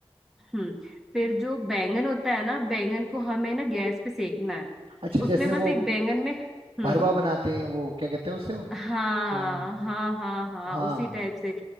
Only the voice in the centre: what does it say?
हम्म फिर जो बैंगन होता है ना बैंगन को हमें ना गैस पे सेकना है
उसमें
बस
एक बैंगन में हम्म
हाँ
हाँ हाँ हाँ
उसी टाइप से